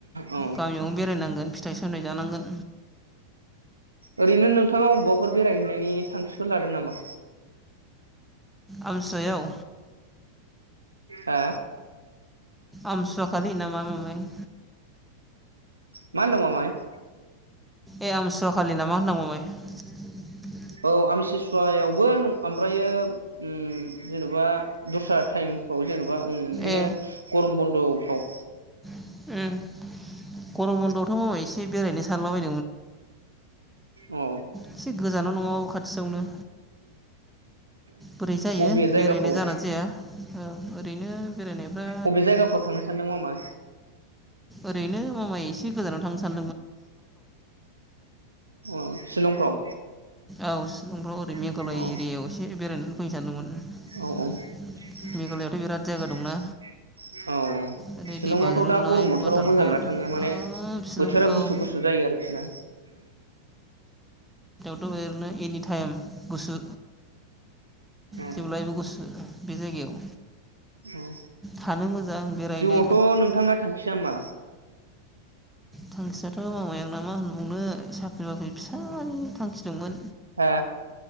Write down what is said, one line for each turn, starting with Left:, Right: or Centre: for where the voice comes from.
Right: औ
Centre: गामियावनो बेरायनांगोन फिथाइ सामथाइ जानांगोन।
Right: ओरैनो नोंथाङा अबावबाफोर बेरायहैनायनि थांखिफोर लादों नामा?
Centre: अमथिसुवायाव?
Right: हा?
Centre: आमथिसुवाखालि नामा मामाय?
Right: माहोनदों मामाय?
Centre: ए आमथिसुवाखालि नामा होनदां मामाय।
Right: औ आमथिसुवायावबो ओमफ्रायो जेनेबा दस्रा टाइमफ्राव जेन'बा ओम बिदिनो
Centre: ए
Right: गरम बन्द'फ्राव
Centre: उम गरम बन्दआवथ' मामाय एसे बेरायनो सानलाबाय
Right: अ
Centre: एसे गोजानाव नङाबाबो खाथियावनो बोरै जायो
Right: अबे जायगाफ्राव
Centre: बेरायनो जागोनना जाया ओरैनो बेरायनायफ्रा
Right: बबे जायगाफ्राव थांनो सानदों नामा?
Centre: ओरैनो मामाय एसे गोजानाव थांनो सान
Right: <inaudible> अ शिलंफ्राव
Centre: औ सिलंफ्राव ओरै मेघालय
Right: अ औ
Centre: एरियाायाव एसे बेरायनानै फैनो सानदोंमोन।
Right: औ <unintelligible>
Centre: मेघालयआवथ' बिराद जायगा दंना
Right: औ औ
Centre: ओरै
Right: शिलंआवथ'
Centre: दै बाज्रुमनाय
Right: दा गरम बोथोराव
Centre: वाटारफल
Right: मोजां ना थाङो माने
Centre: हाब शिलं
Right: बोथोर थोरा गुसु
Centre: औ
Right: गुसु जायो आरोखि ना।
Centre: थ' ओरैनो एनि टाइम गुसु
Right: औ
Centre: जेब्लायबो गुसु। बि जायगायाव।
Right: औ
Centre: थानो मोजां बेरायनो
Right: जिउआवथ' नोंथांना थांखाया मा।
Centre: थांखियाथ' मामाय आंना मा होनबावनो साख्रि बाख्रि फिसाय थांखि। दंमोन
Right: हा।